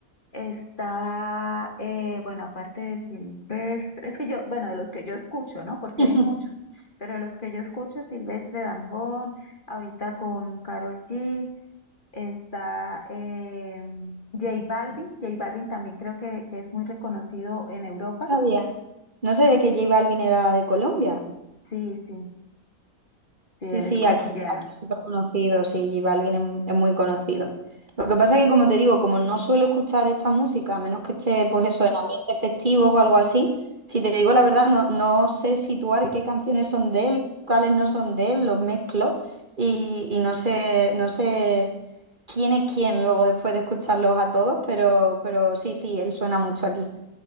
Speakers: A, on the left; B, on the right.
A: está, eh, bueno, aparte de Silvestre, es que yo, bueno, de los que yo escucho, ¿no? Porque
B: <laughs>
A: hay muchos, pero de los que yo escucho, Silvestre Dangond, ahorita con Karol G, está eh, J Balvin, J Balvin también creo que, que es muy reconocido en Europa,
B: No sabía, no sabía que J Balvin era de Colombia.
A: sí, sí, sí,
B: Sí,
A: él
B: sí,
A: es colombiano.
B: aquí, aquí es súper conocido, sí, J Balvin es, es muy conocido. Lo que pasa es que, como te digo, como no suelo escuchar esta música, a menos que esté, pues eso, en ambientes festivos o algo así, si te digo la verdad, no, no sé situar qué canciones son de él, cuáles no son de él, los mezclo y, y no sé, no sé quién es quién luego después de escucharlos a todos, pero, pero sí, sí, él suena mucho aquí.